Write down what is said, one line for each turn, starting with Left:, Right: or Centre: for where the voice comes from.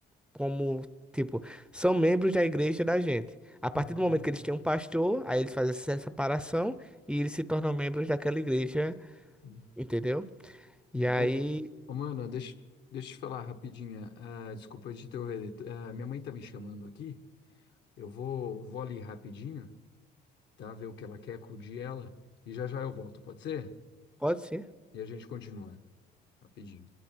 Centre: como, tipo, são membros da igreja da gente. A partir
Left: Uhum.
Centre: do momento que eles têm um pastor, aí eles fazem essa separação e eles se tornam membros daquela igreja,
Left: Uhum.
Centre: entendeu? E aí,
Left: Ô, ô, ô, mano, deixa, deixa eu te falar rapidinho. Ah, desculpa de interromper. Ah, minha mãe tá me chamando aqui. Eu vou, vou ali rapidinho, tá? Ver o que ela quer, acudir ela. E já já eu volto, pode ser?
Centre: pode sim.
Left: E a gente continua rapidinho.